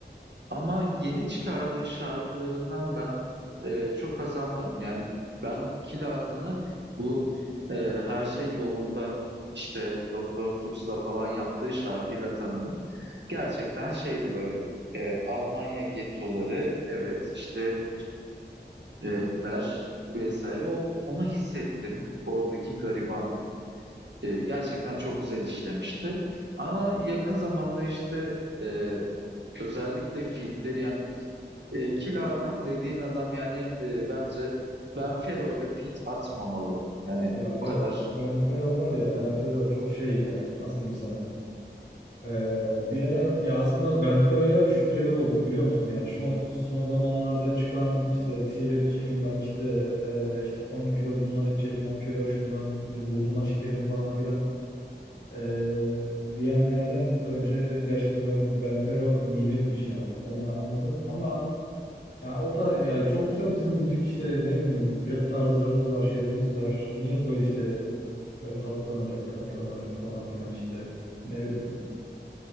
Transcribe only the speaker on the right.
Ama yeni çıkardığı şarkılarından ben e, çok haz almadım. Yani ben Killa Hakan'ı bu e, her şey yolunda işte Doktor Fuchs'la falan yaptığı şarkıyla tanıdım. Gerçekten şeydi böyle e, Almanya gettoları evet işte Türkler vesaire o onu hissettim oradaki garibanlık. E, gerçekten çok güzel işlemişti. Ama yakın zamanda işte e, Özellikle fitleri yani e, Kil Hakan dediğin adam yani e, bence Benfero ile fit atmamalı. Yani
bu kadar